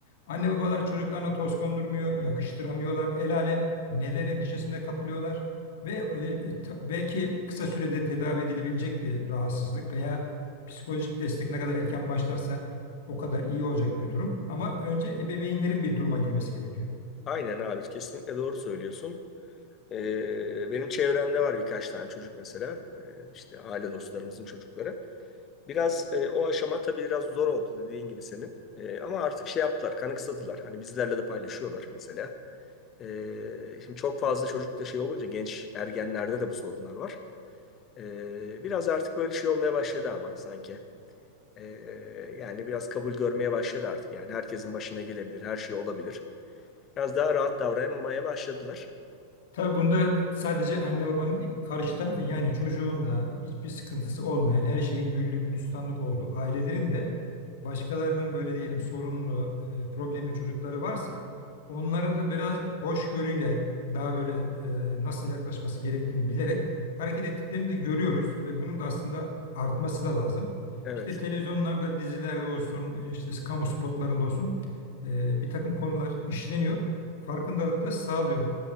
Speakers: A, on the left (about 55°); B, on the left (about 30°).
A: anne babalar çocuklarına toz kondurmuyor, yakıştıramıyorlar. El alem ne der endişesine kapılıyorlar ve e, e, ta- belki kısa sürede tedavi edilebilecek bir rahatsızlık veya psikolojik destek ne kadar erken başlarsa o kadar iyi olacak bir durum. Ama önce ebeveynlerin bir duruma girmesi gerekiyor.
B: Aynen abi kesinlikle doğru söylüyorsun. Ee, benim çevremde var birkaç tane çocuk mesela. Ee, işte aile dostlarımızın çocukları. Biraz e, o aşama tabii biraz zor oldu dediğin gibi senin. E, ama artık şey yaptılar, kanıksadılar. Hani bizlerle de paylaşıyorlar mesela. E, şimdi çok fazla çocukta şey olunca genç ergenlerde de bu sorunlar var. E, biraz artık böyle şey olmaya başladı ama sanki. E, yani biraz kabul görmeye başladı artık. Yani herkesin başına gelebilir, her şey olabilir. Biraz daha rahat davranmaya başladılar.
A: Tabii bunda sadece anne babanın değil, karşı tarafın yani çocuğun da hiçbir sıkıntısı olmayan, her şeyin güllük gülistanlık olduğu ailelerin de başkalarının böyle diyelim sorunlu, e, problemli çocukları varsa onlara da biraz hoşgörüyle daha böyle e, nasıl yaklaşması gerektiğini bilerek hareket ettiklerini de görüyoruz ve bunun da aslında artması da lazım.
B: Evet,
A: İşte televizyonlarda, dizilerde olsun, e, işte kamu spotlarında olsun e, bir takım konular işleniyor farkındalıkla sağlıyor.